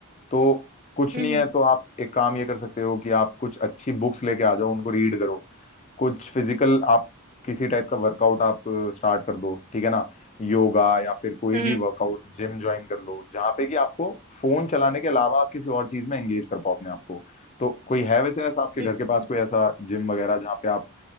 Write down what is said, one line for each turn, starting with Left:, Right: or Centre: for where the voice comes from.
Left: तो कुछ
Right: हम्म
Left: नहीं है तो आप एक काम ये कर सकते हो कि आप कुछ अच्छी बुक्स लेके आ जाओ उनको रीड करो कुछ फिजिकल आप किसी टाइप का वर्कआउट आप स्टार्ट कर दो ठीक है ना योगा या फिर कोई
Right: हम्म
Left: भी वर्कआउट जिम ज्वाइन कर लो जहाँ पे कि आपको फोन चलाने के अलावा आप किसी और चीज में एंगेज कर पाओ अपने आप को तो कोई है वैसे ऐसा आपके
Right: हम्म,
Left: घर के
Right: हम्म,
Left: पास कोई ऐसा जिम वगैरह जहाँ पे आप